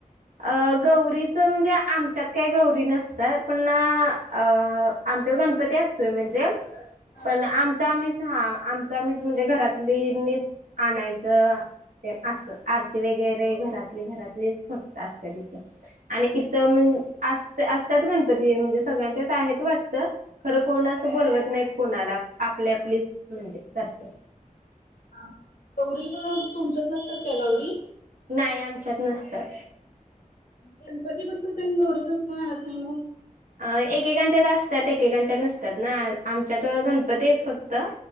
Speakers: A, on the right (about 70°); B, on the left (about 80°).
A: अह गौरीच म्हणजे, आमच्यात काही गौरी नसतात, पण अह आमच्यात गणपती असतोय म्हणजे.
B: हा.
A: पण आमचा आम्हीच हा आमच आम्ही च म्हणजे घरातलीनीच आणायचं. ते असं, आरती वगैरे घरातले घरातलेच फक्त असत तिथं, आणि इथं म्हण अस असत्यात गणपती म्हणजे, सगळ्यांच्यात आहेत वाटतं खरं कोण असं बोलवत नाहीत कोणाला आपली आपलीच म्हणजे करते.
B: हा गौरी मग तुमच्यात नसतात काय गौरी?
A: नाही आमच्यात नसतात.
B: गणपती बसवताय आणि गौरी कसं काय आणत नाही मग?
A: अह एकेकांच्यात असतात एकेकांच्या नसतात ना, आमच्यात गणपतीच फक्त